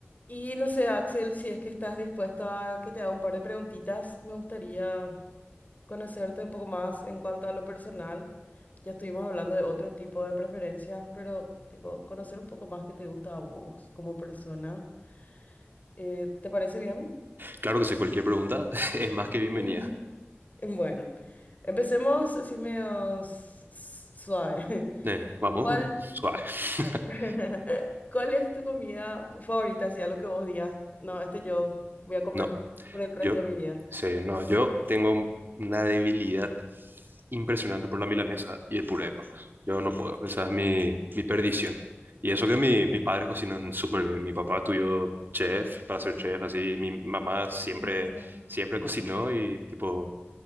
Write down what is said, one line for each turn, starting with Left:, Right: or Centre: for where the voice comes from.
Left: Y no sé, Axel, si es que estás dispuesto a que te haga un par de preguntitas, me gustaría conocerte un poco más en cuanto a lo personal. Ya estuvimos hablando de otro tipo de preferencias, pero tipo, conocer un poco más qué te gusta a vos como persona. Eh, ¿te parece bien?
Right: Claro que sí, cualquier pregunta <laughs> es más que bienvenida.
Left: Mm. <laughs> Bueno, empecemos así medio s- s- suave. <laughs>
Right: Eh, vamos
Left: ¿Cuál,
Right: con suave. <laughs>
Left: <laughs> cuál es tu comida favorita? Si algo que vos digas, no, este yo voy a comer
Right: No,
Left: por el
Right: yo
Left: resto de mi vida.
Right: sí, no, yo tengo un- una debilidad impresionante por la milanesa y el puré de papas. Yo no puedo, esa es mi, mi perdición. Y eso que mi- mis padres cocinan súper bien. Mi papá estudió chef, para ser chef, así. Mi mamá siempre,
Left: Serio.
Right: siempre cocinó y tipo